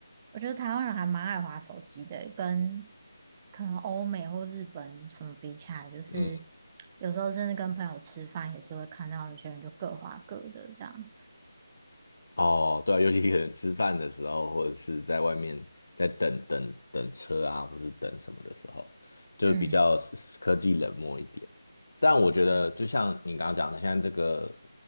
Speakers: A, on the right; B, on the left.
A: 我觉得台湾人还蛮爱滑手机的，跟可能欧美或日本什么比起来，就是
B: 嗯。
A: 有时候甚至跟朋友吃饭也是会看到有些人就各滑各的这样。
B: 哦，对啊，尤其可能吃饭的时候，或者是在外面在等等等车啊，或是等什么的时候，就比较科技冷漠一点。
A: 嗯，
B: 但我觉得，
A: 的确，
B: 就像你刚刚讲的，现在这个